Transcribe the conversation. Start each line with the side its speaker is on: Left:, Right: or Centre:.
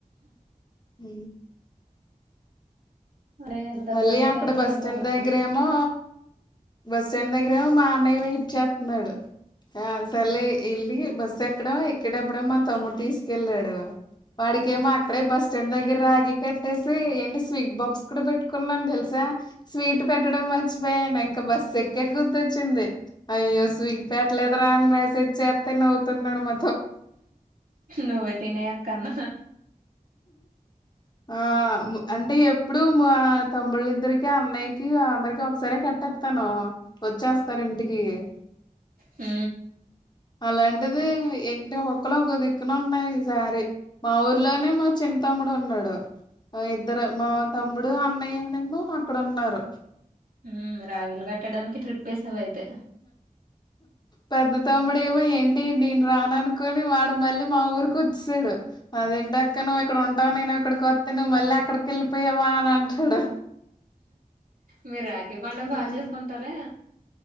Left: ఊ
Right: అలా వెళ్దాం
Left: మళ్ళీ
Right: కూడా
Left: అక్కడ
Right: భయమేనే
Left: బస్ స్టాండ్
Right: బాబు నాకు
Left: దగ్గరేమో బస్ స్టాండ్ దగ్గరేమో మా అన్నయ్య వెయిట్ చేత్తన్నాడు ఆ సర్లే వెళ్ళి బస్సు ఎక్కడం ఎక్కేటప్పుడేమొ మా తమ్ముడు తీసుకెళ్ళాడు వాడికేమో అక్కడే బస్టాండ్ దగ్గర రాఖి కట్టేసి ఏంటి స్వీట్ బాక్స్ ఎక్కడ పెట్టుకున్నాను తెలుసా స్వీట్ పెట్టడం మర్చిపోయాను ఇంకా బస్సు ఎక్కేక గుర్తొచ్చింది అయ్యో స్వీట్ పెట్టలేదురా అని మెసేజ్ చేత్తే నవ్వుతున్నాడు మ
Right: నువ్వే తినే అక్క అన్న
Left: ఆ ము అంటే ఎప్పుడు మా తమ్ముళ్ళిద్దరికి అన్నయ్యకి అందరికి ఒకసారే కట్టేత్తను వచ్చేస్తారు ఇంటికి కి
Right: ఊ
Left: అలాంటిది ఏంటి ఒకళు ఒక దిక్కున ఉన్నాయి ఈసారి మా ఊర్లోనే మా చిన్ తమ్ముడు ఉన్నాడు ఇద్దరు మా తమ్ముడు అన్నయ్యను అక్కడ ఉన్నారు
Right: ఊమ్ రాఖీలు కట్టడానికి ట్రిప్ వేసావు అయితే
Left: పెద్ద తమ్ముడు ఏమో ఏంటి నేను రాననుకుని వాడు మళ్ళీ మా ఊరికి వచ్చేసాడు అదేంటక్క నువ్వు ఇక్కడ ఉంటావు నేను అక్కడికి వత్తే నువ్వు మళ్ళీ అక్కడికి వెళ్ళిపోయావా అని అంటాడు
Right: మీరు రాఖీ పండగ
Left: హ్మ్.
Right: బాగా చేసుకుంటారే